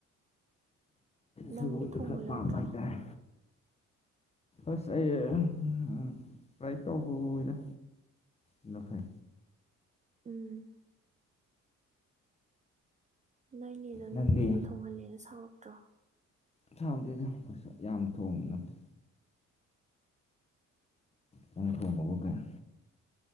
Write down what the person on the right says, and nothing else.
ꯅꯪꯗꯤ
ꯊꯣꯡꯕ
ꯌꯥꯎꯗ꯭ꯔꯣ
ꯎꯝ ꯅꯣꯏꯅꯦꯅ
ꯅꯨꯡꯇꯤꯒꯤ ꯊꯣꯡꯍꯜꯂꯦꯅ ꯁꯥꯎꯔꯛꯇ꯭ꯔꯣ